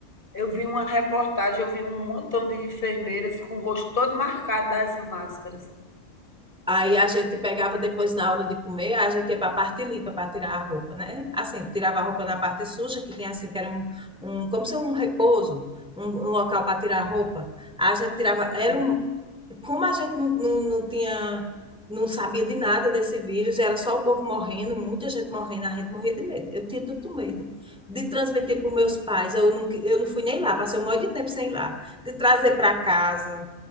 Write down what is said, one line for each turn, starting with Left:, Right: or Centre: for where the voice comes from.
Left: eu vi uma reportagem, eu vi um montão de enfermeiras com o rosto todo marcado das máscaras.
Centre: Aí a gente pegava depois na hora de comer, a gente ia para a parte limpa para tirar a roupa, né? Assim, tirava a roupa na parte suja, que tinha assim, que era um, um como se um repouso, um, um local para tirar a roupa. A gente tirava,
Left: Sim,
Centre: era um, como a gente não, não, não tinha, não sabia de nada desse vírus, era só o povo morrendo, muita gente morrendo, a gente morria de medo. Eu tinha tanto medo de transmitir para os meus pais, eu não, eu não fui nem lá, passei um monte de tempo sem ir lá, de trazer para casa.